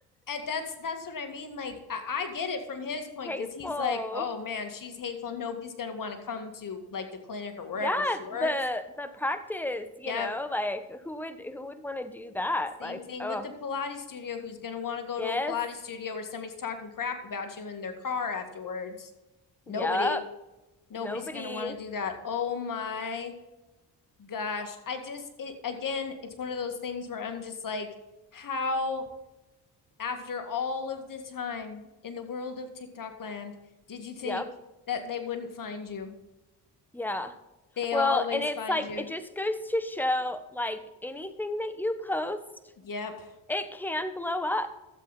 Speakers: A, on the left; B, in the centre.
A: And that's that's what I mean. Like I, I get it from his point
B: <laughs> Hateful.
A: because he's like, oh man, she's hateful. Nobody's gonna want to come to like the clinic or wherever
B: yeah
A: she works.
B: the the practice you
A: Yep.
B: know like who would who would want to do that
A: Same
B: like
A: thing
B: oh
A: with the Pilates studio. Who's going to want to go
B: yes
A: to a Pilates studio where somebody's talking crap about you in their car afterwards? Nobody,
B: yep
A: nobody's
B: nobody
A: going to want to do that. Oh my gosh. I just, it, again, it's one of those things where I'm just like, how, after all of this time in the world of TikTok land, did you think
B: yep
A: that they wouldn't find you?
B: yeah
A: They
B: well
A: always
B: and it's
A: find
B: like
A: you.
B: it just goes to show like anything that you post
A: Yep.
B: it can blow up